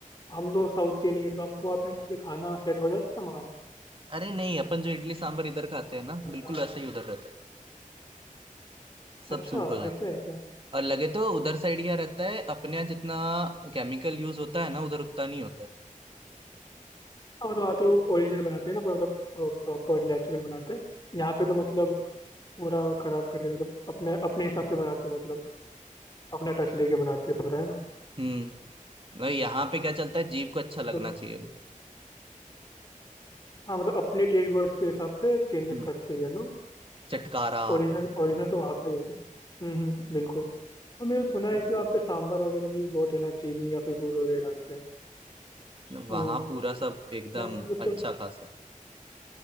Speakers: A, on the left; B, on the right.
A: हम लोग साउथ के नहीं है तो हमको वहाँ पे जाके खाना सेट हो जाता हमारा
B: अरे नहीं अपन जो इडली सांभर इधर खाते
A: खाना
B: हैं ना बिल्कुल
A: का
B: वैसे ही उधर रहता है सब
A: अच्छा
B: सूट हो जाता
A: ऐसा
B: है
A: है क्या
B: और लगे तो उधर साइड क्या रहता है अपने यहाँ जितना केमिकल यूज होता है ना उधर उतना नहीं होता है
A: हाँ मतलब वहाँ तो ओरिजिनल बनाते हैं ना पूरा मतलब प्रॉपर नेचुरल बनाते हैं यहाँ पे तो मतलब पूरा खराब कर देते हैं, मतलब अपने अपने हिसाब से बनाते हैं मतलब अपना टच दे के बनाते हैं पूरा है ना
B: हम्म और यहाँ पे क्या चलता है जीव को अच्छा लगना
A: तो
B: चाहिए
A: हाँ मतलब अपने टेस्ट बर्ड्स के हिसाब से चेंजेस
B: हम्म।
A: करते हैं ना
B: चटकारा
A: ओरिजिनल ओरिजिनल तो वहाँ पे ही होते हैं हम्म हम्म, बिल्कुल और मैंने सुना है कि वहाँ पे सांभर वगैरह में भी बहुत है ना चीनी या फिर गुड़ वगैरह डालते हैं
B: वहां
A: तो
B: पूरा सब एकदम
A: मेरे को मतलब
B: अच्छा खासा